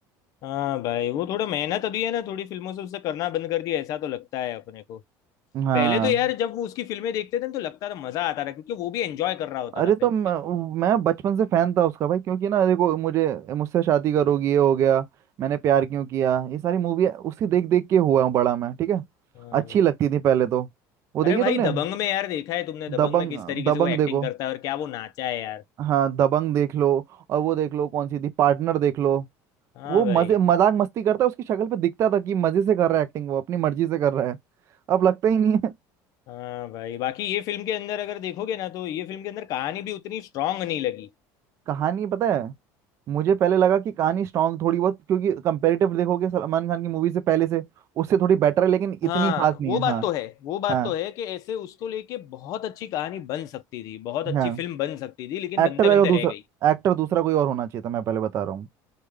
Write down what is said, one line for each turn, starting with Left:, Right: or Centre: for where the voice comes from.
Left: हाँ भाई वो थोड़ा मेहनत अभी है ना थोड़ी फिल्मों से उससे करना बंद कर दिया ऐसा तो लगता है अपने को
Right: हाँ
Left: पहले तो यार जब वो उसकी फिल्में देखते थे ना, तो लगता था मजा आता था क्योंकि वो भी एंजॉय कर रहा होता
Right: अरे
Left: था
Right: तो
Left: फिल्म
Right: मैं,
Left: के
Right: मैं बचपन से फैन था उसका भाई क्योंकि ना देखो मुझे मुझसे शादी करोगी ये हो गया मैंने प्यार क्यों किया ये सारी मूवी उसी देख देख के हुआ हूँ बड़ा मैं ठीक है
Left: हाँ
Right: अच्छी
Left: भाई
Right: लगती थी पहले तो वो
Left: अरे
Right: देखिए
Left: भाई
Right: तुमने
Left: दबंग में यार देखा है तुमने दबंग
Right: दबंग
Left: में किस तरीके
Right: दबंग
Left: से वो एक्टिंग
Right: देखो
Left: करता है और क्या वो नाचा है यार
Right: हाँ दबंग देख लो और वो देख लो कौन सी थी पार्टनर देख लो
Left: हाँ
Right: वो
Left: भाई
Right: मजे मजाक मस्ती करता है उसकी शक्ल पे दिखता था कि मजे से कर रहा है एक्टिंग वो अपनी मर्जी से कर रहा है अब लगता ही नहीं है
Left: हाँ भाई बाकी ये फिल्म के अंदर अगर देखोगे ना तो ये फिल्म के अंदर कहानी भी उतनी स्ट्रांग नहीं लगी
Right: <laughs> कहानी पता है मुझे पहले लगा कि कहानी स्ट्रांग थोड़ी बहुत क्योंकि कंपेरेटिव देखोगे सलमान खान की मूवी से पहले से उससे थोड़ी बेटर है लेकिन इतनी
Left: हाँ
Right: खास नहीं
Left: वो
Right: है
Left: बात
Right: हाँ
Left: तो है वो बात
Right: हाँ
Left: तो है कि ऐसे उसको लेके बहुत अच्छी कहानी बन सकती थी बहुत अच्छी
Right: हाँ
Left: फिल्म बन सकती थी लेकिन बनते
Right: एक्टर
Left: बनते
Right: अगर दूसरा
Left: रह गई
Right: एक्टर दूसरा कोई और होना चाहिए था मैं पहले बता रहा हूँ